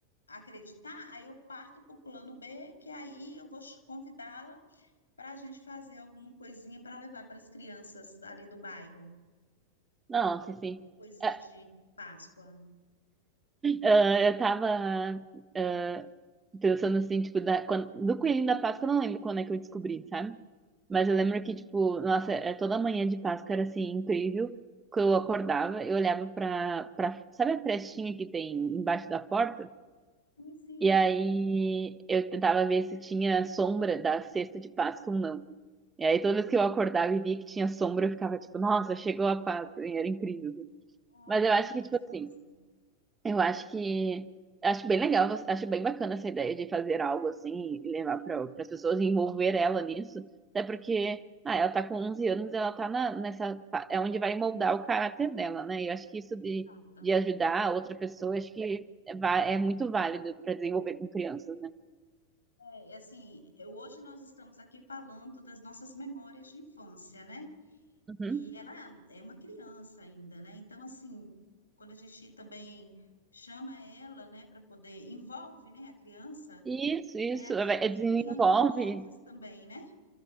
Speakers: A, on the left; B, on the right.
A: acreditar, aí eu parto para o plano B, que aí eu vou ch- convidá-la para a gente fazer alguma coisinha para levar para as crianças ali do bairro,
B: nossa, sim
A: alguma coisinha
B: Ah,
A: de, de Páscoa.
B: ah, eu tava ah, pensando assim, tipo, da, quando- do Coelhinho da Páscoa, eu não lembro quando é que eu descobri, sabe? Mas eu lembro que, tipo, nossa, é, toda manhã de Páscoa era assim, incrível. Que eu acordava, eu olhava pra, pra. Sabe a frestinha que tem embaixo da porta?
A: Enfim,
B: E aí eu tentava ver se tinha sombra da cesta de Páscoa ou não. E aí toda vez que eu acordava e via que tinha sombra, eu ficava tipo, nossa, chegou a Páscoa, e era incrível.
A: ah,
B: Mas
A: era
B: eu acho
A: muito
B: que,
A: gostoso.
B: tipo assim. Eu acho que acho bem legal, acho bem bacana essa ideia de fazer algo assim e levar para as pessoas e envolver ela nisso, até porque ah, ela tá com 11 anos, ela tá na, nessa fa- é onde vai moldar o caráter dela, né? E eu acho que isso de,
A: Pronto.
B: de ajudar a outra pessoa, acho que é, va- é muito válido para desenvolver com crianças, né?
A: É, e assim, eu- hoje nós estamos aqui falando das nossas memórias de infância, né?
B: Uhum.
A: E ela é uma criança ainda, né? Então, assim, quando a gente também chama ela, né, para poder, envolve, né, a criança,
B: Isso, isso,
A: né, acaba
B: é, é, desenvolve
A: criando memórias também, né?